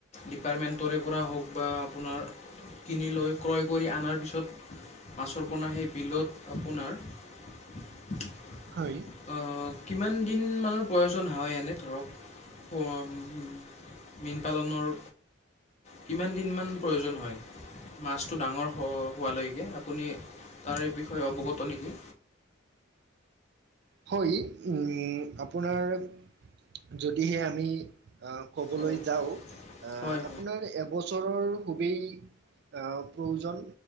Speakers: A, on the left (about 35°); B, on the right (about 55°).
A: ডিপাৰ্টমেণ্টৰে পৰা হওঁক বা আপোনাৰ কিনি লৈ ক্ৰয় কৰি আনাৰ পিছত মাছৰ পোনা সেই বিলত আপোনাৰ
B: হয়।
A: অ, কিমান দিন মানৰ প্ৰয়োজন হয় এনে ধৰক? <unintelligible> মীন পালনৰ কিমান দিনমান প্ৰয়োজন হয় মাছটো ডাঙৰ হ হোৱালৈকে আপুনি তাৰে বিষয়ে অৱগত নেকি?
B: হয়, উ আপোনাৰ যদিহে আমি আ ক'বলৈ
A: হয়
B: যাও আ
A: হয় হয়
B: আপোনাৰ এ এবছৰৰ খুবেই আ প্ৰয়োজন।